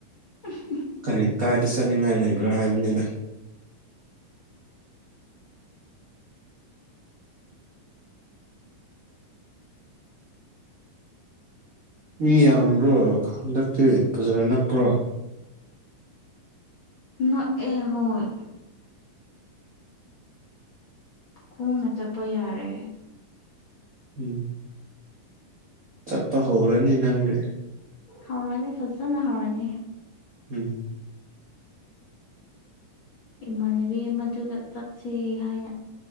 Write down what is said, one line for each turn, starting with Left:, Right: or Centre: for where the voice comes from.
Left: <unintelligible>
Right: ꯀꯔꯤ ꯀꯥꯏꯗ ꯆꯠꯅꯤꯡꯉꯥꯏ ꯂꯩꯕ꯭ꯔꯥ ꯍꯥꯏꯕꯅꯤꯗ ꯃꯤ ꯌꯥꯝꯕ꯭ꯔꯣ ꯍꯟꯗꯛꯇꯤ ꯐꯖꯅ ꯅꯛꯄ꯭ꯔꯣ
Left: ꯅꯛ ꯑꯦ ꯍꯣꯏ ꯈꯣꯡꯅ ꯆꯠꯄ ꯌꯥꯔꯦ
Right: ꯎꯝ ꯆꯠꯄ ꯍꯧꯔꯅꯤ ꯅꯪꯗꯤ
Left: ꯍꯥꯎꯔꯥꯅꯤ ꯐꯖꯅ ꯍꯥꯎꯔꯅꯤ
Right: ꯎꯝ
Left: ꯏꯃꯥꯟꯅꯕꯤ ꯃꯗꯨꯒ ꯆꯠꯁꯦ ꯍꯥꯏꯅ